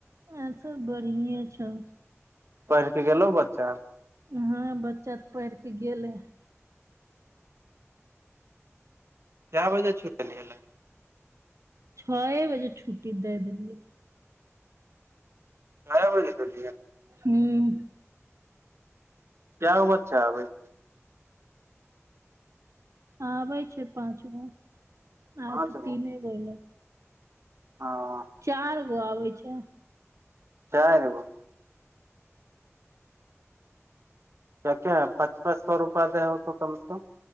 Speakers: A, on the right; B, on the right.
A: आर सब बढ़िये छथ।
B: पढि के गेलौ बच्चा।
A: ना, बच्चा पढ़िके गेलै।
B: कै बजे छुटलै।
A: छओए बजे छुट्टी दे देलियै।
B: कए बजे देलहिने।
A: हुं।
B: कै गो बच्चा अबैये।
A: आबै छै पाँच गो
B: पाँच
A: आइ तऽ तीने गो एलै।
B: हं।
A: चार गो आबै छै।
B: चार गो। क क पचपच सौ रुपआ दे होतौ कम से कम।